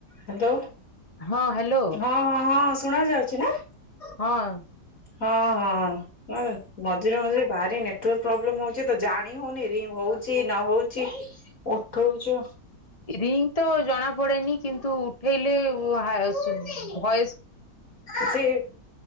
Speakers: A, on the left; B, on the left.
A: Hello
B: ହଁ hello
A: ହଁ ହଁ ହଁ ଶୁଣା ଯାଉଚି ନା?
B: ହଁ।
A: ହଁ ହଁ। ହଁ ମଝିରେ ମଝିରେ ଭାରି ନେଟୱାର୍କ ପ୍ରୋବ୍ଲେମ ହଉଚି ତ ଜାଣି ହଉନି ରିଙ୍ଗ୍ ହଉଚି ନ ହଉଚି। ଉଠ ଉଚ।
B: ରିଙ୍ଗ୍ ତ ଜଣା ପଡେନି କିନ୍ତୁ ଉଠେଇଲେ ଭଏସ୍
A: କିଛି